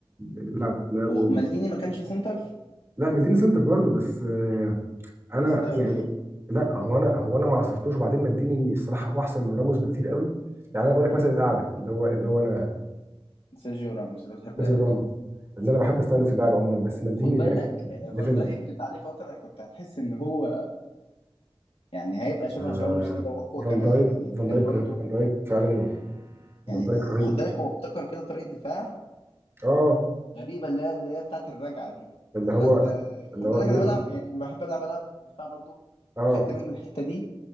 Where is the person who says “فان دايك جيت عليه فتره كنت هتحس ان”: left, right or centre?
Left